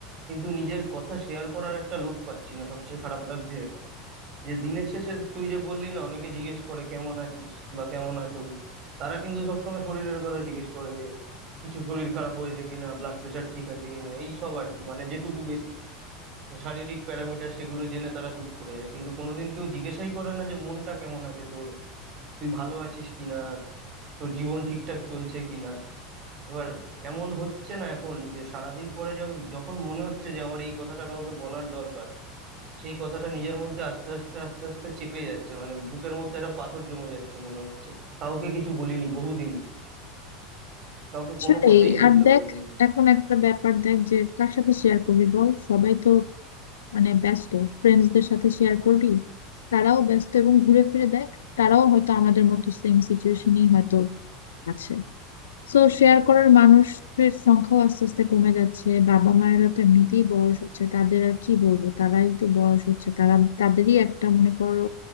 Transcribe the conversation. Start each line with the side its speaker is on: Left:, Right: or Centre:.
Right: কিন্তু নিজের কথা শেয়ার করার একটা লোক পাচ্ছি না সবচেয়ে খারাপ লাগছে এটা যে দিনের শেষে তুই যে বললি না অনেকে জিজ্ঞেস করে কেমন আছিস বা কেমন আছো তারা কিন্তু সবসময় শরীরের কথা জিজ্ঞেস করে যে কিছু শরীর খারাপ হয়েছে কিনা ব্লাড প্রেশার ঠিক আছে কিনা এই সব আর কি মানে যেটুকু শারীরিক প্যারামিটার সেগুলো জেনে তারা চুপ করে যায় কিন্তু কোনোদিন কেউ জিজ্ঞাসাই করে না যে মনটা কেমন আছে তোর তুই ভালো আছিস কিনা তোর জীবন ঠিকঠাক চলছে কিনা এবার এমন হচ্ছে না এখন যে সারাদিন পরে য- যখন মনে হচ্ছে যে আমার এই কথাটা কাউকে বলার দরকার সেই কথাটা নিজের মধ্যে আস্তে আস্তে আস্তে আস্তে চেপে যাচ্ছে মানে বুকের মধ্যে একটা পাথর জমে যাচ্ছে মনে হচ্ছে কাউকে কিছু বলিনি বহুদিন কাউকে
Left: আসলে
Right: কোনো কথাই বলতে
Left: আর দেখ
Right: পারিনি
Left: এখন একটা ব্যাপার দেখ যে কার সাথে শেয়ার করবি বল সবাই তো মানে ব্যস্ত ফ্রেন্ডসদের সাথে শেয়ার করবি তারাও ব্যস্ত এবং ঘুরে ফিরে দেখ তারাও হয়তো আমাদের মতো সেম সিচুয়েশনই হয়তো আছে তো শেয়ার করার মানুষের সংখ্যাও আস্তে আস্তে কমে যাচ্ছে বাবা মায়েরা তো এমনিতেই বয়স হচ্ছে তাদের আর কি বলবো তারাই তো বয়স হচ্ছে তারা তাদেরই একটা মনে করো